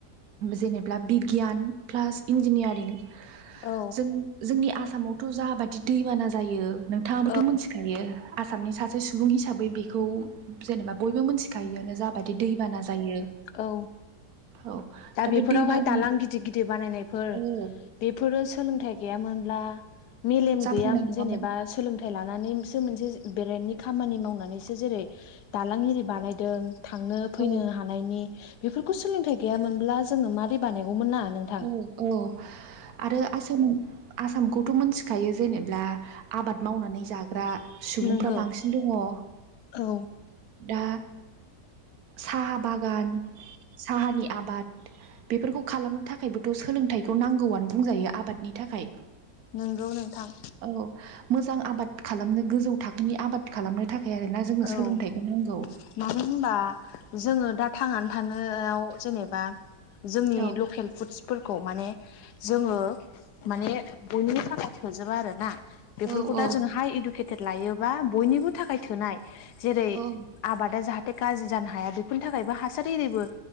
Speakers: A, on the right; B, on the left.
A: जेनेबा बिगियान प्लास इन्जिनियारिं
B: औ
A: जों जोंनि आसाम आसामावथ' जाबादि दैबाना जायो नोंथाङाबोथ'
B: औ
A: मिथिखायो आसामनि सासे सुबुं हिसाबै बेखौ जेनेबा बयबो मिथियो दायोआनो जाबादि दैबाना जायो
B: औ
A: औ
B: दा
A: दा बे
B: बेफोरावहाय
A: दैबानानि
B: दालां गिदिर गिदिर बानायनायफोर
A: औ
B: बेफोरो सोलोंथाइ गैयामोनब्ला मेलेम
A: जाफुंनाय
B: गैया
A: नङामोन
B: जेनेबा सोलोंथाइ लानानैसो मोनसे ब्रेन्टनि खामानि मावनानैसो जेरै दालां एरि बानायदों थांनो फैनो
A: औ
B: हानायनि बेफोरखौ सोलोंथाइ गैयामोनब्ला जोङो माबोरै बानायगौमोन ना नोंथां
A: औ औ आरो आसाम आसामखौथ' मोनथिखायो जेनेबा ब्ला आबाद मावनानै जागोन द्रा सुबुंफ्रा
B: नोंगौ
A: बांसिन दङ औ
B: औ
A: दा साहा बागान साहानि आबाद बेफोरखौ खालामनो थाखाय थाखायबोथ' सोलोंथाइखौ नांगौआनो बुंजायो आबादनि थाखाय
B: नंगौ नोंथां।
A: औ मोजां आबाद खालामनो गोजौ थाखोनि आबाद खालामनो थाखाय। ए ना जोंनो सोलोंथाइखौ
B: औ
A: नांगौ!
B: मानो होनबा जोङो दा थांनानै थानोआव जेनेबा जोंनि
A: औ
B: लकेल फुदसफोरखौ माने! जोङो माने बयनिबो थाखाय थोजोबा आरोना बेफोरखौ
A: औ औ
B: दा जोंङो हाइ इडुकेट लायोबा बयनिबो थाखाय थोनाय जेरै
A: औ
B: आबादा जाहाथे गाज्रि जानो हाया बेफोर थाखायबो हासार एरैबो